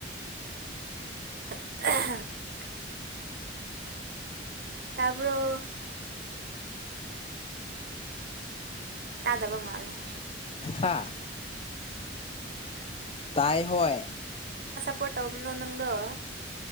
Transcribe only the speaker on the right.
<unintelligible> <inaudible> ꯇꯥꯔꯕꯣ ꯇꯥꯗꯕ ꯃꯥꯂꯦ
ꯄꯇꯣꯝ ꯅ ꯅꯪꯗ